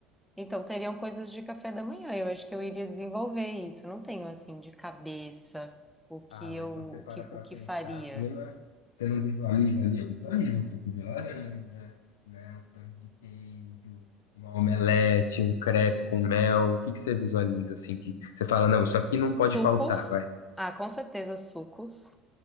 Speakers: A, in the centre; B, on the left.
A: Então, teriam coisas de café da manhã. Eu acho que eu iria desenvolver isso. Não tenho assim de cabeça o que
B: Ah, mas
A: eu
B: quando você para
A: o que,
B: pra
A: o que
B: pensar
A: faria.
B: assim, eu acho- você não visualiza ali, eu visualizo um suco de laranja, né, uns pães de queijo, uma omelete, um crepe com mel. O que que você visualiza assim que você fala, não, isso aqui não pode
A: Sucos.
B: faltar, vai.
A: Ah, com certeza sucos.